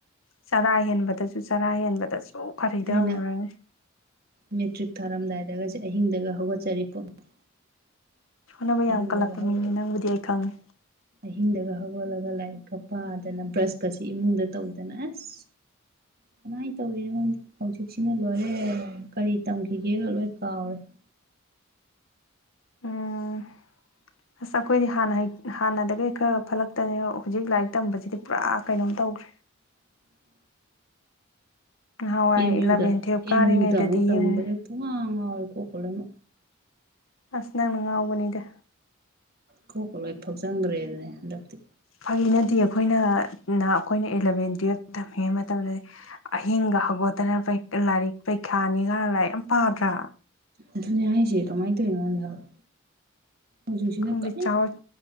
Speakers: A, on the left; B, on the right.
A: ꯆꯔꯥ ꯍꯦꯟꯕꯗꯁꯨ ꯆꯔꯥ ꯍꯦꯟꯕꯗꯁꯨ ꯐꯔꯤꯗ
B: ꯍꯥꯏꯅ
A: ꯍꯪꯉꯨꯔꯅꯦ
B: ꯃꯦꯇ꯭ꯔꯤꯛ ꯊꯥꯔꯝꯗꯥꯏꯗꯒ ꯆꯠ ꯑꯍꯤꯡꯗꯒ ꯍꯧꯒꯠꯆꯔꯤ ꯄꯣꯠꯅꯤ
A: ꯍꯣꯠꯅꯕ
B: ꯑꯍꯤꯡꯗꯒ
A: ꯌꯥꯝ ꯀꯜꯂꯛꯄ
B: ꯍꯧꯒꯠꯂꯦ
A: ꯃꯤꯅꯦ ꯅꯪꯕꯨꯗꯤ ꯑꯩ ꯈꯪꯉꯦ
B: ꯑꯍꯤꯡꯗꯒ ꯍꯧꯒꯠꯂꯒ ꯂꯥꯏꯔꯤꯛꯀ ꯄꯥꯗꯅ ꯕ꯭ꯔꯁꯀꯁꯤ ꯏꯃꯨꯡꯗ ꯇꯧꯗꯅ ꯑꯁ ꯀꯃꯥꯏꯅ ꯇꯧꯔꯤꯅꯣꯉꯣꯟꯗ ꯍꯧꯖꯤꯛꯁꯤꯅ ꯂꯣꯏꯔꯦ ꯀꯔꯤ ꯇꯝꯈꯤꯒꯦꯒ ꯂꯣꯏ ꯀꯥꯎꯔꯦ <inaudible>
A: ꯎꯝ
B: <inaudible>
A: ꯑꯁ ꯑꯩꯈꯣꯏꯗꯤ ꯍꯥꯟꯅ ꯍꯥꯟꯅꯒ ꯈꯔ ꯐꯠꯂꯛꯇꯅꯦ ꯍꯧꯖꯤꯛ ꯂꯥꯏꯔꯤꯛ ꯇꯝꯕꯁꯤꯗꯤ ꯄꯨꯔꯥ ꯀꯩꯅꯣꯝ ꯇꯧꯈ꯭ꯔꯦ
B: <unintelligible>
A: ꯅꯍꯥꯟꯋꯥꯏ
B: ꯑꯦꯝ
A: ꯏꯂꯚꯦꯟ
B: ꯌꯨꯗ
A: ꯇꯨꯌꯦꯜꯞ
B: ꯑꯦꯝ
A: ꯀꯥꯔꯤꯉꯩꯗꯗꯤ
B: ꯌꯨꯗ ꯑꯃꯨꯛ ꯇꯕꯗ
A: ꯌꯦꯡꯉꯨꯅꯦ
B: ꯄꯨꯡꯉꯥ ꯉꯥꯎꯔꯦꯀꯣ ꯈꯣꯠꯂꯣꯏꯅ
A: ꯑꯁꯤ ꯅꯪ ꯅꯉ ꯑꯕ ꯅꯅꯤꯗꯦ
B: ꯀꯣ ꯀꯣ ꯂꯣꯏ ꯐꯥꯎ ꯆꯪꯈ꯭ꯔꯦ ꯑꯗꯨꯅꯦ ꯍꯟꯗꯛꯇꯤ
A: ꯐꯒꯤꯅꯗꯤ ꯑꯩꯈꯣꯏꯅ ꯑꯩꯈꯣꯏꯅ ꯑꯦꯂꯚꯦꯟ ꯇꯨꯋꯜꯞꯇ ꯇꯝꯃꯤꯉꯩ ꯃꯇꯝꯗꯗꯤ ꯑꯍ ꯍꯧꯒꯠꯇꯅ ꯂꯥꯏꯔꯤꯛ ꯄꯔꯤꯈꯥꯅꯤꯒꯅ ꯂꯥꯏꯔꯤꯛ ꯌꯥꯝ ꯄꯥꯗ꯭ꯔꯥ
B: ꯑꯗꯨꯅꯦ ꯍꯥꯏꯁꯦ ꯀꯃꯥꯏꯅ ꯇꯧꯋꯅꯤ ꯑꯩꯉꯣꯟꯗꯛꯦ ꯍꯧꯖꯤꯛꯁꯤꯅ
A: ꯈꯪꯗꯦ
B: ꯀ
A: ꯆꯥꯎꯔ